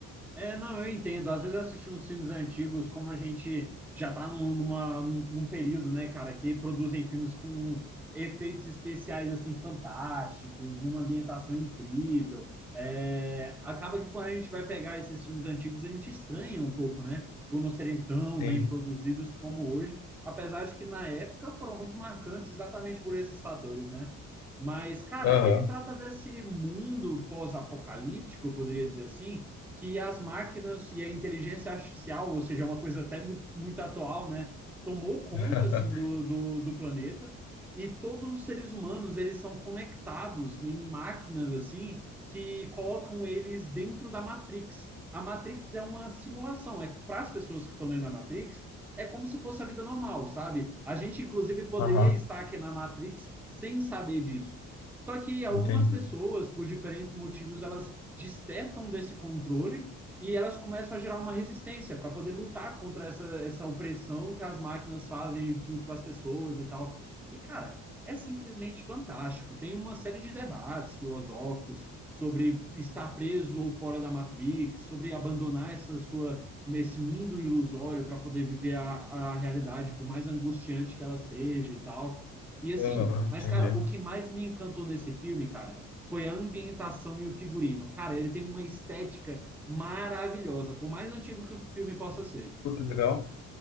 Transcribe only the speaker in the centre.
É, não, eu entendo. Às vezes assistir uns filmes antigos, como a gente já está num, numa- num período, né, cara, que produzem filmes com efeitos especiais, assim, fantásticos, uma ambientação incrível. É, acaba que quando a gente vai pegar esses filmes antigos, a gente estranha um pouco, né, por não serem tão
bem produzidos como hoje, apesar de que na época foram muito marcantes exatamente por esses fatores, né? Mas, cara,
ele trata desse mundo pós-apocalíptico, eu poderia dizer assim, que as máquinas e a inteligência artificial, ou seja, é uma coisa até muito, muito atual, né, tomou conta
assim do, do, do planeta e todos os seres humanos eles são conectados em máquinas assim que colocam eles dentro da Matrix. A Matrix é uma simulação, é para as pessoas que estão lendo a Matrix, é como se fosse a vida normal, sabe? A gente inclusive poderia
estar aqui na Matrix sem saber disso. Só que algumas
pessoas, por diferentes motivos, elas despertam desse controle e elas começam a gerar uma resistência para poder lutar contra essa, essa opressão que as máquinas fazem junto com as pessoas e tal. E, cara, é simplesmente fantástico. Tem uma série de debates filosóficos sobre estar preso ou fora da Matrix, sobre abandonar essa sua esse mundo ilusório para poder viver a, a realidade, por mais angustiante que ela seja e tal. E assim,
mas cara, o que mais me encantou nesse filme, cara, foi a ambientação e o figurino. Cara, ele tem uma estética maravilhosa, por mais antigo que o filme possa ser.